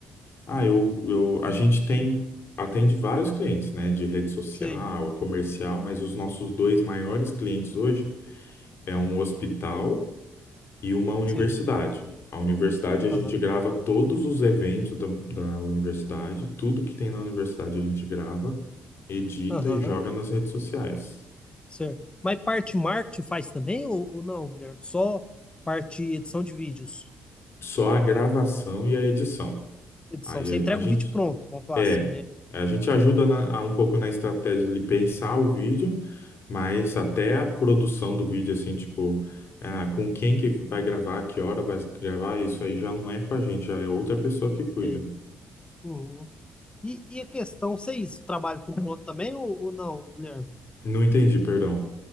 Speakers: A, on the left; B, on the left.
A: Ah, eu, eu a gente tem atende vários clientes, né? De rede social,
B: Sei,
A: a comercial, mas os nossos dois maiores clientes hoje é um hospital e uma universidade.
B: sei.
A: A universidade a
B: Aham,
A: gente grava todos os eventos da, da universidade, tudo que tem na universidade a gente grava, edita
B: aham,
A: e joga nas redes sociais.
B: certo. Mas parte marketing faz também ou, ou não, Guilherme? Só parte edição de vídeos.
A: Só a gravação e a edição.
B: Edição,
A: Aí
B: você entrega
A: a, a gente
B: o vídeo pronto, vamos falar
A: é,
B: assim, né?
A: a gente ajuda na- a um pouco na estratégia de pensar o vídeo, mas até a produção do vídeo assim, tipo, ah, com quem que vai gravar, que hora vai gravar, isso aí já não é com a gente, já é outra pessoa que cuida.
B: Sei. Uhum. E, e a questão, vocês trabalham com drone também ou, ou não, Guilherme?
A: Não entendi, perdão.